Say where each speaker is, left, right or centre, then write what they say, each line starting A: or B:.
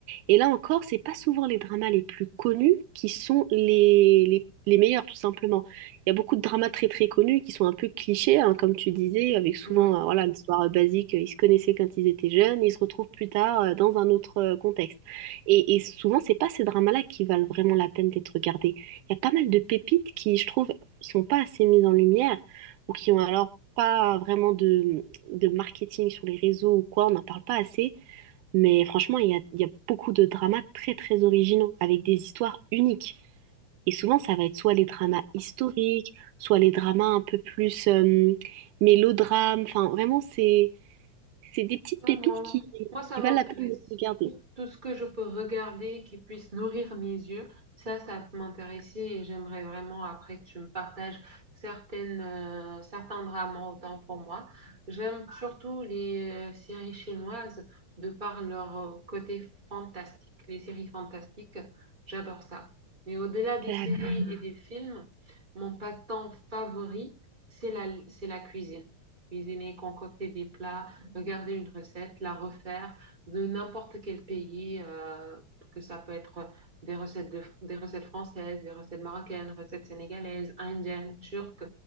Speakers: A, on the right; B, on the right.
A: Et là encore, c'est pas souvent les dramas les plus connus qui sont les, les, les meilleurs, tout simplement. Il y a beaucoup de dramas très très connus qui sont un peu clichés, hein, comme tu disais, avec souvent
B: oui.
A: euh, voilà, l'histoire euh, basique, euh, ils se connaissaient quand ils étaient jeunes, ils se retrouvent plus tard euh, dans un autre euh, contexte. Et, et souvent, c'est pas ces dramas-là qui valent vraiment la peine d'être regardés. Il y a pas mal de pépites qui, je trouve, sont pas assez mises en lumière ou qui ont alors pas vraiment de, de marketing sur les réseaux ou quoi, on n'en parle pas assez. Mais franchement, il y a, il y a beaucoup de dramas très très originaux, avec des histoires uniques. Et souvent, ça va être soit les dramas
B: Mm.
A: historiques, soit les dramas un peu plus euh, mélodrames. Enfin, vraiment, c'est, c'est des petites
B: Ah,
A: pépites
B: moi,
A: qui,
B: moi, ça
A: qui
B: m'intéresse.
A: valent la peine de se regarder.
B: Tout, tout ce que je peux regarder qui puisse nourrir mes yeux, ça, ça peut m'intéresser et j'aimerais vraiment après que tu me partages certaines, euh, certains drames autant pour moi. J'aime surtout les euh, séries chinoises de par leur euh, côté fantastique, les séries fantastiques, j'adore ça. Mais au-delà des
A: D'accord,
B: séries et des films, mon passe-temps favori, c'est la, c'est la cuisine. Cuisiner, concocter des plats regarder une recette, la refaire de n'importe quel pays, euh, que ça peut être des recettes, de, des recettes françaises, des recettes marocaines, recettes sénégalaises, indiennes, turques.